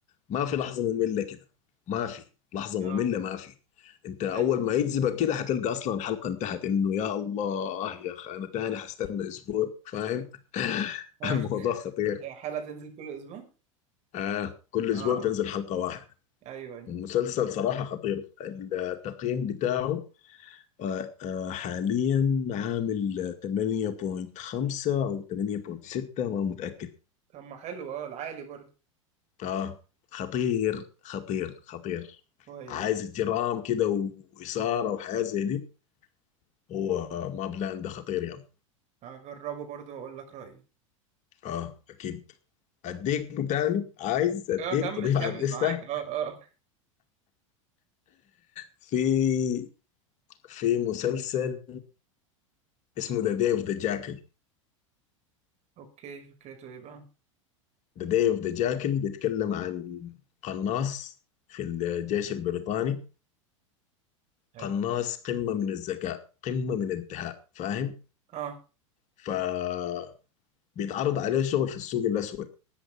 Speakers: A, on the left; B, on the right.
A: ما في لحظة مملة كده ما في لحظة
B: اه
A: مملة ما في انت اول
B: حلو
A: ما يجذبك كده حتلقى اصلا الحلقة انتهت انه يا الله يا اخي انا تاني حستنى اسبوع فاهم
B: اه
A: <laughs> الموضوع
B: <laughs>
A: خطير
B: هي حلقه تنزل كل اسبوع
A: آه كل
B: اه
A: اسبوع
B: اه
A: بتنزل حلقة واحدة
B: ايوه ايوه
A: المسلسل صراحة خطير التقييم بتاعه آه، آه، حاليا عامل آه، 8.5 أو 8.6 ما متأكد
B: طب ما حلو اه العالي برضه
A: آه خطير خطير خطير
B: كويس
A: عايز جرام كده وإثارة وحياة زي دي هو آه، ما بلان ده خطير يعني
B: هجربه برضه واقول لك رأيي
A: آه أكيد أديك تاني عايز أديك
B: اه كمل
A: تضيف
B: كمل
A: على الليستة
B: معاك اه اه
A: في في مسلسل اسمه ذا داي اوف ذا جاكل
B: اوكي فكرته ايه بقى
A: ذا داي اوف ذا جاكل بيتكلم عن قناص في الجيش البريطاني
B: حلو
A: قناص قمة من الذكاء قمة من الدهاء فاهم
B: اه
A: فبيتعرض عليه شغل في السوق الأسود